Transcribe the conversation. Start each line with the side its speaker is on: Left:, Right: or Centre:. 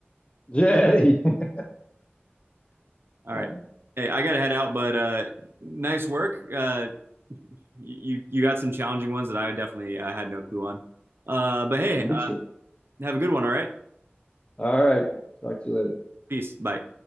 Left: yeah. <laughs>
Right: All
Left: yeah.
Right: right. Hey, I gotta head out, but uh, nice work. Uh, you you got some challenging ones that I definitely I had no clue on. Uh, but hey,
Left: Mutual.
Right: uh, have a good one. All right.
Left: All right. Talk to you later.
Right: Peace. Bye.